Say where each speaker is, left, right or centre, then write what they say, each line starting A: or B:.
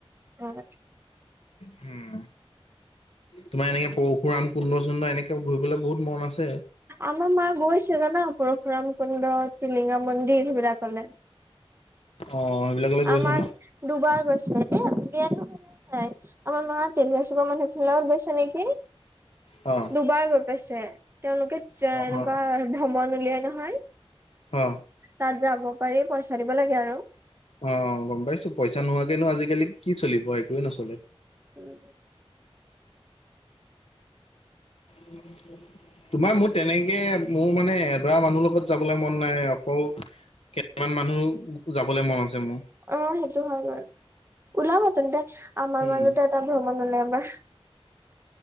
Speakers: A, on the right; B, on the left.
A: উম
B: হম তোমাৰ এনেকে পৰশুৰাম কুণ্ড চুণ্ড এনেকে ঘুৰিবলৈ বহুত মন আছে
A: আমাৰ মা গৈছে জানা পৰশুৰাম কুণ্ড টিলিঙা মন্দিৰ সেইবিলাকলে
B: অ' সেইবিলাকলৈ গৈছে
A: আমাৰ
B: ন
A: দুবাৰ গৈছে দে ন আমাৰ মা তেলিয়া চুকৰ মানুহ খিনি লগত গৈছে নেকি
B: অ
A: দুবাৰ গৈ পাইছে তেওঁলোকে এনেকুৱা
B: অ',
A: ভ্ৰমণ উলিয়াই নহয়
B: অ
A: তাত যাব পাৰি পইচা দিব লাগে আৰু
B: অ গম পাইছো পইচা নোহোৱাকেনো আজিকালি কি চলিব একোৱে নচলে
A: উম
B: উ তোমাৰ মোৰ তেনেকে মোৰ মানে এডৰা মানুহৰ লগত যাবলৈ মন নাই অকল কেইটামান মানুহ যাবলৈ মন আছে মোৰ
A: অ সেইটো হয় বাৰু ওলাব তেন্তে আমাৰ
B: উম,
A: মাজতে ভ্ৰমণ হলে আমাৰ